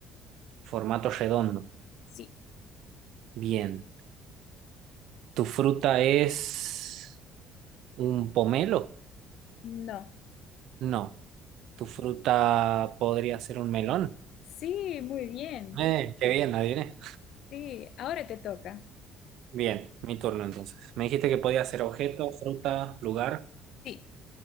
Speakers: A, on the right; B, on the left.
A: Formato redondo.
B: Sí,
A: Bien. ¿Tu fruta es un pomelo?
B: no.
A: No. ¿Tu fruta podría ser un melón?
B: Sí, muy bien.
A: Eh, qué bien, adiviné.
B: Sí, ahora te toca.
A: Bien, mi turno entonces. Me dijiste que podía ser objeto, fruta, lugar.
B: Sí,